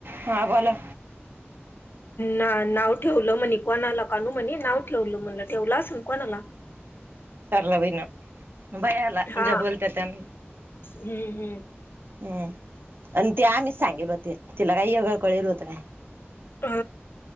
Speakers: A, on the right; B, on the left.
A: हा बोला
B: ना नाव ठेवलं म्हणे कोणा लोकांनू म्हणे नाव ठेवलं म्हणलं ठेवलं असन कोणाला.
A: सरला भयनं भयाला
B: हा
A: ज्या बोलता त्यांना
B: हम्म हम्म
A: हम् आणि ते आम्हीच सांगेल होते, तिला काही एगळ कळेल होत काय म
B: आ